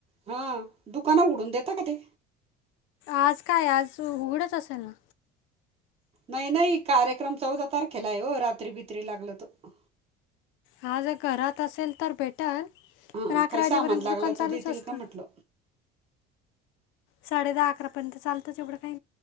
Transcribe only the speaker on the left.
आज काय आज उघडंच असेल ना.
हां जर घरात असेल तर भेटल.
पण अकरा
वाजेपर्यंत
दुकान चालूच
असतं
साडे दहा, अकरापर्यंत चालुच एवढं काय